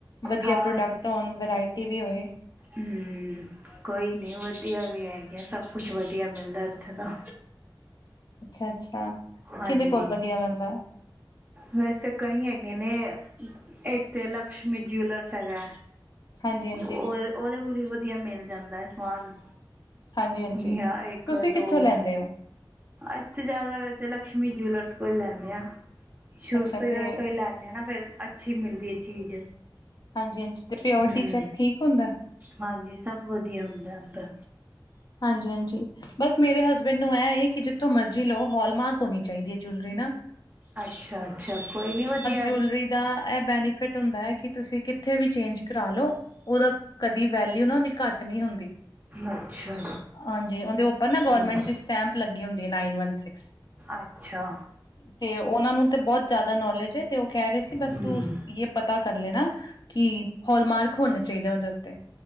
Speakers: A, on the left; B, on the right.
A: ਵਧੀਆ
B: ਹਾਂ
A: ਪ੍ਰੋਡਕਟ ਹੋਣ ਵਰ੍ਹਾਇਟੀ ਵੀ ਹੋਏ।
B: ਹੂੰ, ਕੋਈ ਨਹੀਂ ਵਧੀਆ ਵੀ ਹੈਗਾ, ਸਭ ਕੁਛ ਵਧੀਆ ਮਿਲਦਾ ਇੱਥੇ ਤਾ।
A: ਅੱਛਾ, ਅੱਛਾ।
B: ਹਾਂਜੀ,
A: ਕਿਹਦੇ ਕੋਲ ਵਧੀਆ ਮਿਲਦਾ
B: ਵੈਸ ਤਾਂ ਕਈ ਹੈਗੇ ਨੇ ਇੱਕ ਤੇ ਲਕਸ਼ਮੀ ਜਿਵੈਲਰਸ ਹੈਗਾ।
A: ਹਾਂਜੀ ਹਾਂਜੀ
B: ਓ ਉਹਦੇ ਕੋਲ ਵੀ ਵਧੀਆ ਮਿਲ ਜਾਂਦਾ ਹੈ ਸਮਾਨ।
A: ਹਾਂਜੀ ਹਾਂਜੀ
B: ਨੀ ਹ ਇੱਕ,
A: ਤੁਸੀਂ ਕਿੱਥੋਂ
B: ਦੋ।
A: ਲੈਂਦੇ ਹੋ
B: ਅਸੀ ਤਾਂ ਜ਼ਿਆਦਾ ਵੈਸੇ ਲਕਸ਼ਮੀ ਜੂਲਰਸ ਕੋਲੋ ਲੈਂਦੇ ਆ। ਸ਼ੁਰੂ
A: ਅੱਛਾ
B: ਤੋਂ ੳਦੇ
A: ਤੇ
B: ਤੋਂ ਹੀ ਲੈਂਨੇ ਹਾਂ ਨਾ, ਫਿਰ ਅੱਛੀ ਮਿਲਦੀ ਹੈ ਚੀਜ਼।
A: ਹਾਂਜੀ-ਹਾਂਜੀ ਤੇ ਪਿਓਰਟੀ
B: ਹਮ
A: ਚੈੱਕ ਠੀਕ ਹੁੰਦਾ।
B: ਹਾਂਜੀ, ਸਭ ਵਧੀਆ ਹੁੰਦਾ ਓਂਦਾ।
A: ਹਾਂਜੀ-ਹਾਂਜੀ, ਬਸ ਮੇਰੇ ਹਸਬੈਂਡ ਨੂੰ ਐ ਏ ਕਿ, ਜਿ ਕਿਥੋਂ ਮਰਜ਼ੀ ਲਓ ਹੋਲਮਾਰਕ ਹੋਣੀ ਚਾਹੀਦੀ ਹੈ, ਜਊਲਰੀ ਨਾ।
B: ਅੱਛਾ-ਅੱਛਾ ਕੋਈ ਨੀ ਵਧੀਆ।
A: ਜੂਲਰੀ ਦਾ ਇਹ ਬੈਨੀਫਿਟ ਹੁੰਦਾ ਹੈ ਕਿ ਤੁਸੀਂ ਕਿੱਥੇ ਵੀ ਚੇਂਜ ਕਰਾਲੋ। ਉਹਦਾ, ਕਦੀ ਵੈਲਿਊ ਨਾ ਉਹਦੀ ਘੱਟ ਨਹੀਂ ਹੁੰਦੀ।
B: ਅੱਛਾ।
A: ਹਾਂਜੀ, ਉਹਦੇ ਉੱਪਰ ਨਾ ਗਵਰਮੈਂਟ
B: ਹਮ
A: ਦੀ ਸਟੈਂਪ ਲੱਗੀ ਹੁੰਦੀ ਏ, ਨਾਈਨ ਵਨ ਸਿਕਸ।
B: ਅੱਛਾ।
A: ਤੇ ਉਹਨਾਂ ਨੂੰ ਤੇ ਬਹੁਤ ਜ਼ਿਆਦਾ ਨੌਲੇਜ ਹੈ, ਤੇ ਉਹ ਕਹਿ ਰਹੇ ਸੀ ਬਸ
B: ਹਮ
A: ਤੂੰ। ਜਿਹ ਪਤਾ ਕਰ ਲੈਣਾ, ਕਿ ਹੋਲਮਾਰਕ, ਹੋਣੇ ਚਾਹੀਦੇ ਉਹਦੇ ਉੱਤੇ।